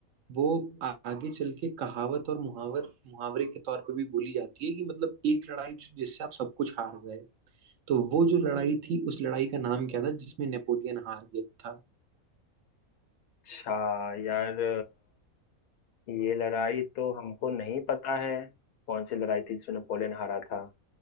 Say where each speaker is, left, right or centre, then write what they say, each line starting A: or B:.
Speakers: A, on the right; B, on the left.
A: वो आ- आगे चल के कहावत और मुहावर मुहावरे के तौर पे भी बोली जाती है कि मतलब एक लड़ाई जो- जिससे आप सब कुछ हार गए तो वो जो लड़ाई थी उस लड़ाई का नाम क्या था जिसमें नेपोलियन हार गया था
B: अच्छा यार ये लड़ाई तो हमको नहीं पता है कौन सी लड़ाई थी जिसमें नेपोलियन हारा था